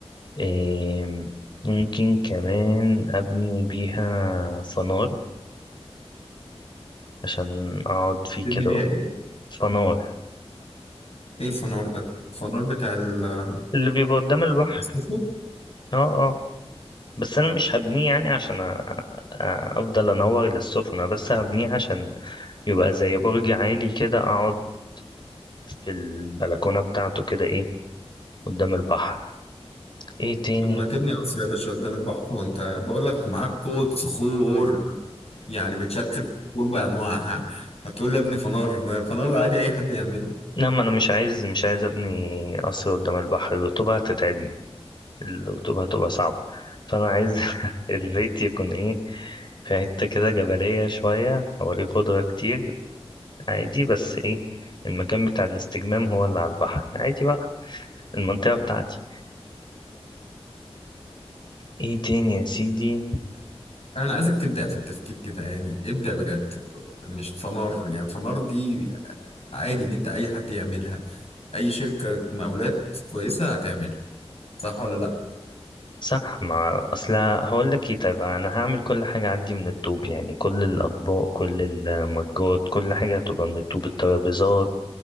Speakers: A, on the left; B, on the left.
A: آم، ممكن كمان أبني بيها فنار عشان أقعد فيه
B: تبني
A: كده
B: بيها ايه
A: فنار
B: ايه الفنار ده الفنار بتاع ال-
A: اللي بيبقى قدام البحر
B: التصفيق
A: اه اه بس انا مش هبنيه يعني عشان أ- أ- افضل انور للسفن أنا بس هبنيه عشان يبقى زي برج عالي كده اقعد في البلكونة بتاعته كده ايه قدام البحر ايه تاني
B: طب ما تبني قصر يا باشا قدام البحر وانت بقول لك معاك قوة صخور يعني بتشكل الصخور بأنواعها هتقول لي يا ابني فنار الفنار ده عادي اي حد يعمله
A: لا ما انا مش عايز مش عايز ابني قصر قدام البحر الرطوبة هتتعبني الرطوبة هتبقى صعبة فانا عايز <laughs> البيت يكون ايه في حتة كده جبلية شوية حواليه خضرة كتير عادي بس ايه المكان بتاع الاستجمام هو اللي على البحر عادي بقى المنطقة بتاعتي ايه تاني يا سيدي
B: انا عايزك تبدا في التفكير كده يعني ابدا بجد مش فنار يعني فنار دي عادي ان انت اي حد يعملها اي شركه مقاولات كويسه هتعملها صح ولا لا
A: صح ما اصل هقول لك ايه طيب انا هعمل كل حاجه عندي من الطوب يعني كل الاطباق كل المجات كل حاجه هتبقى من الطوب الترابيزات